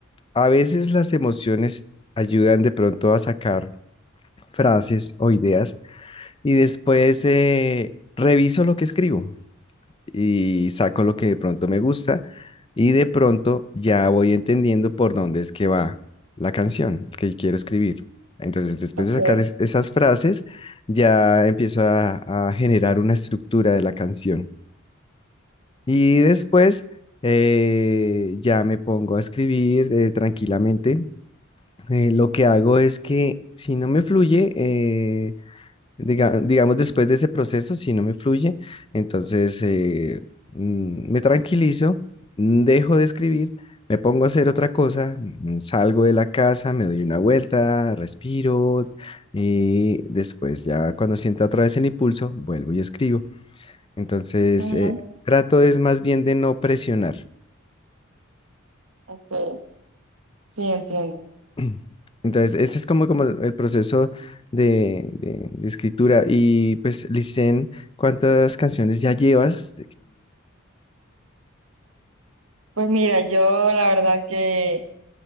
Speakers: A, on the left; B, on the right.
A: a veces las emociones ayudan de pronto a sacar frases o ideas y después eh, reviso lo que escribo y saco lo que de pronto me gusta y de pronto ya voy entendiendo por dónde es que va la canción que quiero escribir. Entonces, después
B: ok,
A: de sacar es- esas frases, ya empiezo a, a generar una estructura de la canción. Y después eh, ya me pongo a escribir eh, tranquilamente. Eh, lo que hago es que si no me fluye, eh, diga- digamos, después de ese proceso, si no me fluye, entonces eh, mm, me tranquilizo, mm, dejo de escribir, me pongo a hacer otra cosa, mm, salgo de la casa, me doy una vuelta, respiro y después ya cuando sienta otra vez el impulso, vuelvo y escribo. Entonces,
B: ajá,
A: eh, trato es más bien de no presionar.
B: ok. Sí, entiendo.
A: <clears throat> Entonces, ese es como, como el el proceso de, de- de escritura. Y pues, Licen, ¿cuántas canciones ya llevas?
B: Pues mira, yo la verdad que